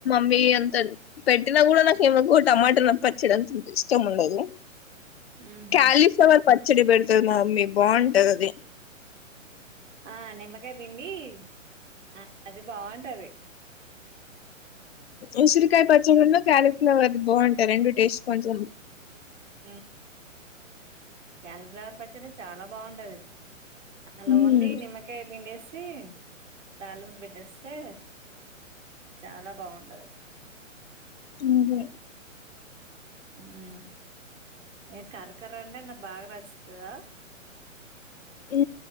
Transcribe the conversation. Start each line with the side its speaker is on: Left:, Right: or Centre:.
Left: మీ అంత పెట్టినా కూడా నాకెందుకో టమాటా పచ్చడి ఇష్టం ఉండదు
Right: ఉహు
Left: కాలిఫ్లవర్ ప చెడి బెడుతది మా మమ్మీ బాగుంటది అది
Right: ఆ నిమ్మకాయ పిండి ఆ అది బాగుంటది
Left: ఉసిరికాయ పచ్చడి ఉన్ను క్యాలీఫ్లవర్ బాగుంటాయి రెండు టేస్ట్ కొంచెం
Right: ఉ కాలిఫ్లవర్ పచ్చడి చాలా బాగుండది అలా
Left: ఉమ్
Right: ఓన్లీ నిమ్మకాయ్ బిండేస్ తే తాళింపూ పెట్టేస్తే చాలా బాగుంటది
Left: నువ్వే
Right: ఉ ఏ కార్ ఇక్కరండి అన్న బాగా నచ్చుతదా
Left: ఉ